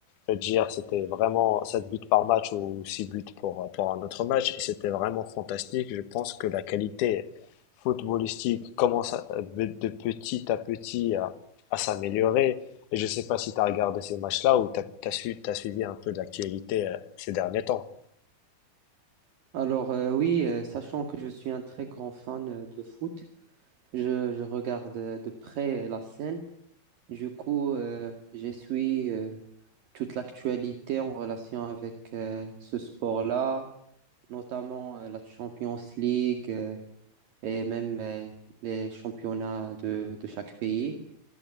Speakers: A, on the left; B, on the right.
A: je veux dire, c'était vraiment 7 buts par match ou 6 buts pour, euh, pour un autre match. Et c'était vraiment fantastique. Je pense que la qualité footballistique commence à- de de petit à petit à, à s'améliorer. Et je sais pas si tu as regardé ces matchs-là ou tu as, suivi un peu de l'actualité euh, ces derniers temps.
B: Alors euh, oui, euh, sachant que je suis un très grand fan euh, de foot, je, je regarde euh, de près euh, la scène. Du coup, euh, je suis euh, toute l'actualité en relation avec euh, ce sport-là, notamment euh, la Champions League euh, et même euh, les championnats de, de chaque pays.